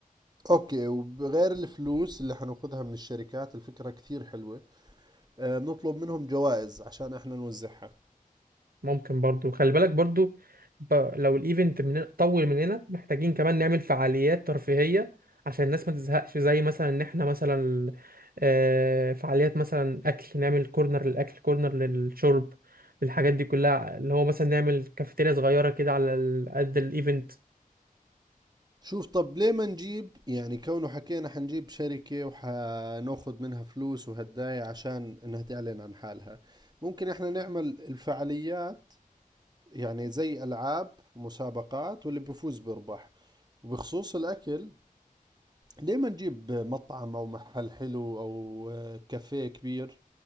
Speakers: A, on the right; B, on the right.
A: اوكي وغير الفلوس اللي حناخدها من الشركات الفكرة كثير حلوة آه، بنطلب منهم جوائز عشان احنا نوزعها
B: ممكن برضو خلي بالك برضو ب... لو الايفنت من... طول مننا محتاجين كمان نعمل فعاليات ترفيهية عشان الناس ما تزهقش زي مثلا ان احنا مثلا آه، فعاليات مثلا اكل نعمل كورنر للاكل كورنر للشرب الحاجات دي كلها اللي هو مثلا نعمل كافيتيريا صغيرة كده على ال- قد الايفنت
A: شوف طب ليه ما نجيب يعني كونه حكينا حنجيب شركة وحناخد منها فلوس وهدايا عشان انها تعلن عن حالها ممكن احنا نعمل الفعاليات يعني زي العاب مسابقات واللي بيفوز بيربح وبخصوص الاكل ليه ما نجيب مطعم او محل حلو او آه، كافيه كبير